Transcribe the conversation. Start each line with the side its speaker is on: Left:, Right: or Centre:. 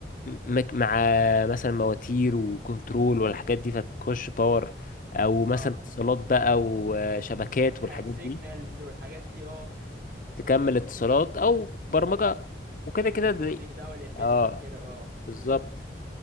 Left: مك- مع مثلا مواتير وكنترول والحاجات دي فتخش باور او مثلا
Right: اه
Left: اتصالات بقى وشبكات
Right: الحاجات
Left: والحاجات
Right: السيجنالز
Left: دي
Right: والحاجات دي اه مم، مم.
Left: تكمل اتصالات او برمجة وكده كده
Right: الكودينج
Left: دي
Right: بقى والامبيدد
Left: اه
Right: وكده اه
Left: بالظبط